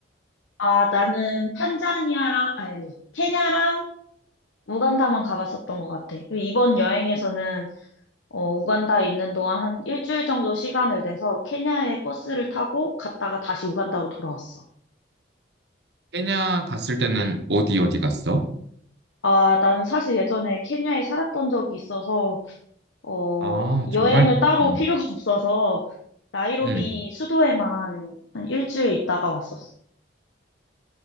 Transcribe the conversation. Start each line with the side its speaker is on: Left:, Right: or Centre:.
Left: 아, 나는 탄자니아랑 아니 케냐랑 우간다만 가봤었던 것 같아. 그리고 이번 여행에서는 어, 우간다에 있는 동안 한 일주일 정도 시간을 내서 케냐에 버스를 타고 갔다가 다시 우간다로 돌아왔어.
Right: 케냐 갔을 때는 어디 어디 갔어?
Left: 아, 나는 사실 예전에 케냐에 살았던 적이 있어서, 어,
Right: 아, 정말?
Left: 여행을 따로
Right: 음,
Left: 필요가 <laughs> 없어서, 나이로비
Right: 음.
Left: 수도에만 한 일주일 있다가 왔었어.